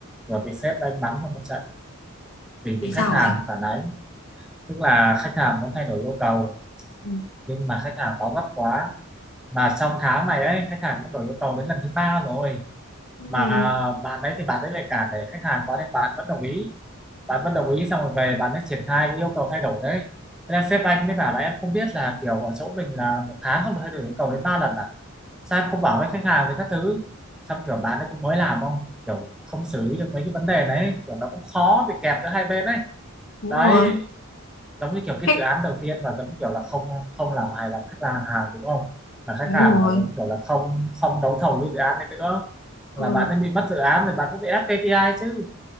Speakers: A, in the centre; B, on the left.
A: rồi bị sếp đánh mắng trong một trận vì
B: vì
A: bị khách
B: sao
A: hàng
B: ấy
A: phản ánh tức là khách hàng muốn thay đổi yêu cầu
B: Ừ,
A: nhưng mà khách hàng báo gấp quá mà trong tháng này ấy khách hàng đã đổi yêu cầu đến lần thứ ba rồi
B: Ừ,
A: mà bạn đấy thì bạn đấy lại cản để khách hàng quá nên bạn vẫn đồng ý bạn vẫn đồng ý xong rồi về bạn ấy triển khai cái yêu cầu thay đổi đấy thế là sếp anh mới bảo là em không biết là kiểu ở chỗ mình là một tháng không được thay đổi yêu cầu đến ba lần à sao em không bảo với khách hàng với các thứ xong kiểu bạn ấy cũng mới làm không kiểu không xử lý được mấy cái vấn đề đấy kiểu nó cũng khó bị kẹp giữa hai bên đấy
B: đúng
A: đấy
B: rồi
A: giống như kiểu cái
B: khách
A: dự án đầu tiên mà giống như kiểu là không không làm hài lòng khách hàng hàng đúng không mà khách
B: đúng
A: hàng
B: rồi
A: mà giống kiểu là không không đấu thầu cái dự án đấy nữa là
B: ừ.
A: bạn ấy bị mất dự án thì bạn cũng bị ép KPI chứ